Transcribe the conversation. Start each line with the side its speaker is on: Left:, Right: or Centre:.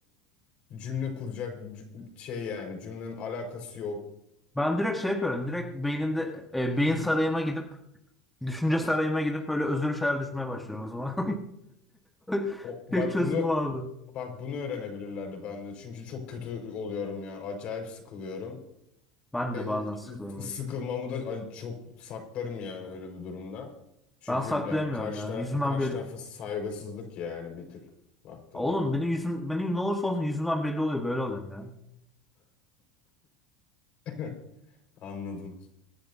Left: cümle kuracak c- şey yani cümlenin alakası yok.
Centre: Ben direkt şey yapıyorum. Direkt beynimde e, beyin sarayıma gidip düşünce sarayıma gidip böyle özür şeyler düşünmeye başlıyorum o zaman. <laughs>
Left: O, bak
Centre: Tek çözüm
Left: bunu
Centre: o abi.
Left: bak bunu öğrenebilirlerdi ben de çünkü çok kötü oluyorum ya acayip sıkılıyorum.
Centre: Ben
Left: E,
Centre: de
Left: e,
Centre: bazen sıkılıyorum
Left: sıkılmamı
Centre: öyle.
Left: da ay, çok saklarım yani öyle bir durumda. Çünkü
Centre: Ben saklayamıyorum
Left: yani karşı
Centre: ya.
Left: tarafı
Centre: Yüzümden
Left: karşı
Centre: belli.
Left: tarafa saygısızlık yani bir tık baktığın
Centre: Oğlum
Left: zaman.
Centre: benim yüzüm benim ne olursa olsun yüzümden belli oluyor böyle oluyorum ya.
Left: <laughs> Anladım.